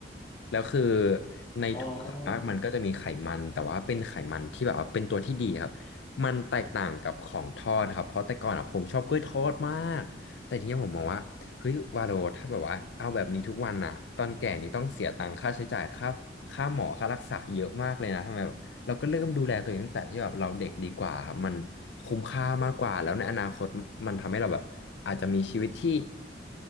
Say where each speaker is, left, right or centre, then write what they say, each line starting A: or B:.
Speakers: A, on the left (about 70°); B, on the left (about 30°).
A: แล้วคือในถั่วส่วนมากมันก็จะมีไขมันแต่ว่าเป็นไขมันที่แบบว่าเป็นตัวที่ดีครับ
B: อ๋อ
A: มันแตกต่างกับของทอดครับเพราะแต่ก่อนอ่ะผมชอบกล้วยทอดมากแต่ทีนี้ผมมองว่าเฮ้ยวาโรถ้าแบบว่าเอาแบบนี้ทุกวันอ่ะตอนแก่นี่ต้องเสียตังค่าใช้จ่ายค่าค่าหมอค่ารักษาเยอะมากเลยนะทำไม เราก็เริ่มดูแลตัวเองตั้งแต่ที่แบบเราเด็กดีกว่าครับมันคุ้มค่ามากกว่าแล้วในอนาคตมันทำให้เราแบบอาจจะมีชีวิตที่